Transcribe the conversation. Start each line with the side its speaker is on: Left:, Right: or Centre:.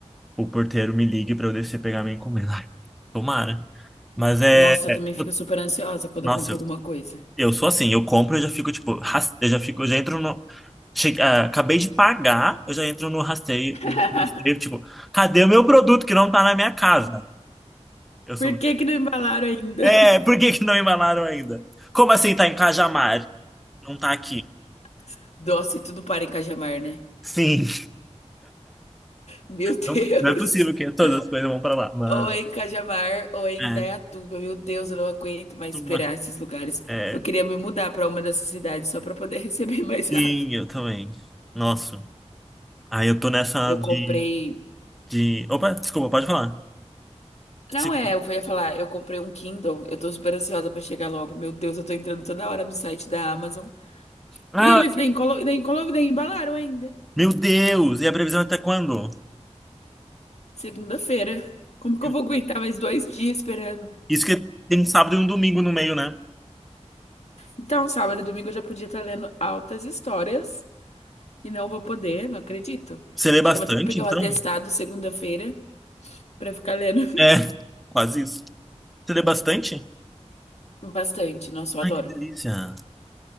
Centre: o porteiro me ligue para eu descer pegar minha encomenda. <laughs> Ai, Tomara. Mas é.
Left: Nossa, eu
Centre: é,
Left: também fico
Centre: eu-
Left: super ansiosa quando
Centre: Nossa,
Left: eu compro
Centre: eu,
Left: alguma coisa.
Centre: eu sou assim. Eu compro, eu já fico, tipo. ras- Eu já fico, eu já entro no. Che- ah, acabei de pagar, eu já entro no rasteio,
Left: <laughs>
Centre: no rastreio, tipo, cadê o meu produto que não tá na minha casa? Eu sou.
Left: Por que que não embalaram ainda?
Centre: É, por que que não embalaram ainda? Como assim tá em Cajamar? Não tá aqui.
Left: <laughs> Doce, tudo para em Cajamar, né?
Centre: Sim,
Left: Meu Deus.
Centre: não, não é possível que todas
Left: <laughs>
Centre: as coisas vão pra lá. Mas.
Left: Ou é em Cajamar ou é em
Centre: É.
Left: Indaiatuba. Meu Deus, eu não aguento mais
Centre: Uma-
Left: esperar esses lugares.
Centre: É,
Left: Eu queria me mudar para uma dessas cidades só para poder <laughs> receber mais
Centre: sim,
Left: rápido.
Centre: eu também. Nossa. Aí eu tô nessa
Left: Eu
Centre: de,
Left: comprei
Centre: de... Opa, desculpa, pode falar.
Left: Não
Centre: Se-
Left: é, eu ia falar, eu comprei um Kindle, eu tô super ansiosa pra chegar logo. Meu Deus, eu tô entrando toda hora no site da Amazon.
Centre: Ah,
Left: E eles nem colo, nem colo, nem embalaram ainda.
Centre: meu Deus! E a previsão é até quando?
Left: Segunda-feira. Como que
Centre: Eu-
Left: eu vou aguentar mais dois dias esperando?
Centre: Isso que tem um sábado e um domingo no meio, né?
Left: Então, sábado e domingo eu já podia estar lendo altas histórias. E não vou poder, não acredito.
Centre: Você lê
Left: Acho
Centre: bastante,
Left: que eu vou ter que pegar
Centre: então?
Left: um atestado segunda-feira pra ficar lendo
Centre: É, <laughs> quase isso. Você lê bastante?
Left: <laughs> bastante. Nossa, eu adoro.
Centre: Ai, que delícia.